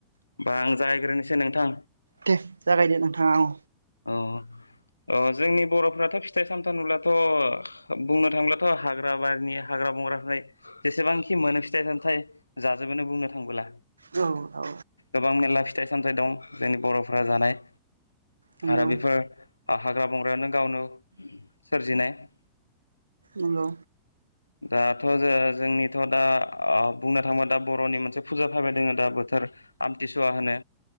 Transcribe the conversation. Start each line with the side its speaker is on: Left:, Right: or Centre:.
Left: आं जागायग्रोनोसै नोंथां
Right: दे जागायदे नोंथाङा औ।
Left: अ अ जोंनि बर'फोराथ' फिथाइ सामथाइ नुबलाथ' बुंनो थांब्लाथ' हाग्रा बारिनि हाग्रा बंग्राफोर जेसेबांखि मोनो फिथाइ-सामथाइ जाजोबोनो बुंनो थांबोला
Right: औ औ
Left: गोबांनि ला फिथाइ सामथाइ दं जोंनि बर'फोरा जानाय
Right: नंगौ
Left: आरो बेफोर हाग्रा बंग्रायानु गावनु सोरजिनाय ‌।
Right: इलौ
Left: दाथ' जो-जोंनिथ' दा बुंनो थाङोबा दा बर'नि मोनसे फुजा फायबाय दङ दा बोथोर आमथिसुवा होनो।